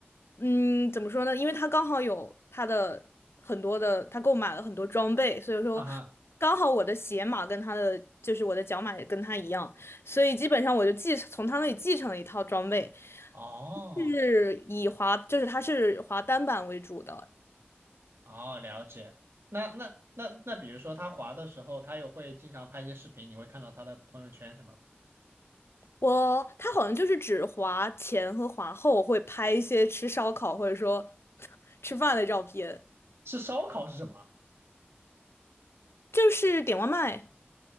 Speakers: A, on the left; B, on the right.
A: 嗯，怎么说呢？因为他刚好有他的很多的，他购买了很多装备，所以说
B: 啊哈，
A: 刚好我的鞋码跟他的，就是我的脚码也跟他一样，所以基本上我就继从他那里继承了一套装备，
B: 哦
A: 是以滑，就是他是滑单板为主的，
B: 哦，了解。那那那那，比如说他滑的时候，他又会经常拍一些视频，你会看到他的朋友圈什么？
A: 我他好像就是只滑前和滑后会拍一些吃烧烤或者说 <laughs> 吃饭的照片，
B: 是烧烤是什么？
A: 就是点外卖，